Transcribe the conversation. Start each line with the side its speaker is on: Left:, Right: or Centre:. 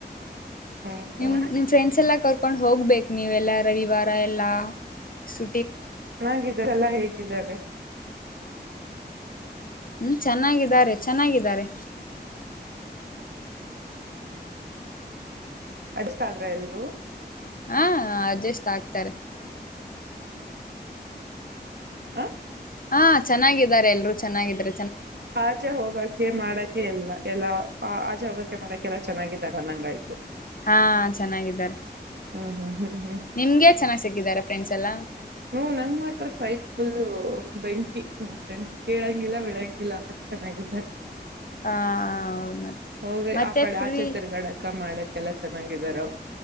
Right: ಹ್ಮ್
Left: ನಿಮ್ ನಿಮ್ ಫ್ರೆಂಡ್ಸ್ ಎಲ್ಲಾ ಕರ್ಕೊಂಡ್ ಹೋಗ್ಬೇಕು ನೀವೆಲ್ಲ ರವಿವಾರ ಎಲ್ಲ ಸು
Right: <unintelligible> ಎಲ್ಲ ಹೇಗಿದ್ದಾರೆ <inaudible>
Left: ಹ್ಮ್ ಚೆನ್ನಾಗಿದ್ದಾರೆ ಚೆನ್ನಾಗಿದ್ದಾರೆ
Right: ಅಡ್ಜಸ್ಟ್ ಆದ್ರ ಎಲ್ರುೂ
Left: ಹಾ ಅಡ್ಜಸ್ಟ್ ಆಗ್ತಾರೆ
Right: ಆ
Left: ಹಾ ಚೆನ್ನಾಗಿದ್ದಾರೆ ಎಲ್ರು ಚೆನ್ನಾಗಿದ್ರ
Right: ಆಚೆ ಹೋಗಕೆ ಮಾಡಕೆ ಎಲ್ಲ ಎಲ್ಲ ಆಚೆ ಹೋಗಕ್ಕೆೆ ಮಾಡ ಕ್ಕೆ ಎಲ್ಲ ಚೆನ್ನಾಗಿದ್ದಾರೆ ಅನ್ನಂಗಾತ್ತು
Left: ಹಾ ಚೆನ್ನಾಗಿದ್ದಾರೆ
Right: ಹ್ಮ್ ಹ್ಮ್ ಹ್ಮ್ ಹ್ಮ್
Left: ನಿಮ್ಗೆ ಚೆನ್ನಾಗ್ ಸಿಕ್ಕಿದಾರ ಫ್ರೆಂಡ್ಸ್ ಎಲ್ಲ
Right: ಹ್ಮ ನಂಗ್ ಮಾತ್ರ ಸೈಕ್ ಫುಲ್ ಬೆಂಕಿ ಫ್ರಂಡ್ಸ್ ಕೇಳಂಗಿಲ್ಲ ಬಿಡಂಗಿಲ್ಲ ಅಷ್ಟ ಚೆನ್ನಾಗ ಇದ್ದಾರೆ
Left: ಹಾ ಹೌದು ಮತ್ತೆ
Right: ಹೋಗ
Left: ಮತ್ತೆ
Right: ಆ ಕಡೆ
Left: ಫ್ರೀ
Right: ಆಚೆ ತಿರ್ಗಡಕ್ಕ ಮಾಡಕ್ಕೆ ಎಲ್ಲ ಚೆನ್ನಾಗಿದಾರ